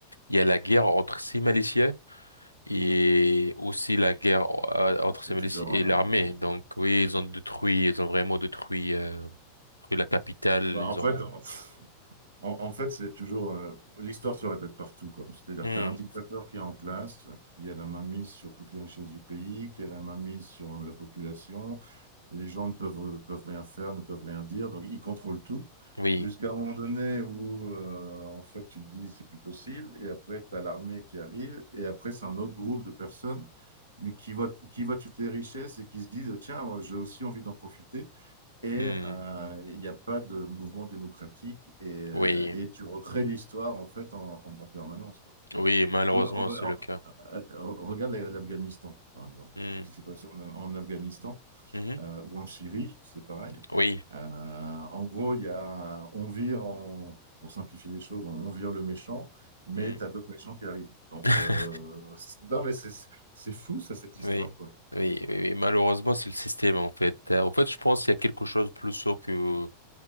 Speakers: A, on the left; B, on the right.
A: il y a la guerre entre ces Malaysiens et aussi la guerre euh,
B: Ouais,
A: entre
B: C'est
A: ces Malaysiens
B: toujours
A: et
B: un-
A: l'armée. Donc oui, ils ont détruit, ils ont vraiment détruit, euh, détruit la capitale,
B: bah,
A: ils
B: en fait
A: ont...
B: <laughs> En, en fait, c'est toujours euh, l'histoire se répète partout, quoi. C'est-à-dire
A: Hmm,
B: que tu as un dictateur qui est en place, qui a la main mise sur toutes les richesses du pays, qui a la main mise sur la population. Les gens ne peuvent, euh, peuvent rien faire, ne peuvent rien dire, donc ils contrôlent tout.
A: oui,
B: Jusqu'à un moment donné où, euh, en fait, tu te dis c'est plus possible, et après, tu as l'armée qui arrive, et après, c'est un autre groupe de personnes, mais qui voient, qui voient toutes les richesses et qui se disent, tiens, moi, j'ai aussi envie d'en profiter et
A: hmm,
B: euh, il n'y a pas de mouvement démocratique et, euh,
A: oui,
B: et tu recrées l'histoire en fait en, en- en permanence, quoi.
A: oui, malheureusement,
B: Tu vois, re-
A: c'est
B: re-
A: le cas.
B: re- regarde la- l'Afghanistan, par exemple.
A: Hmm,
B: Ce qui s'est passé en, en Afghanistan
A: mhm,
B: euh, ou en Syrie, c'est pareil.
A: oui.
B: Euh, en gros, il y a, on vire, en, pour simplifier les choses, on, on vire le méchant, mais
A: hmm.
B: tu as d'autres méchants qui arrivent. Donc,
A: <laughs>
B: euh, c'est- non, mais c'est c'est fou, ça, cette histoire,
A: Oui,
B: quoi.
A: oui, oui, oui. Malheureusement, c'est le système en fait. Euh, En fait, je pense qu'il y a quelque chose de plus sourd que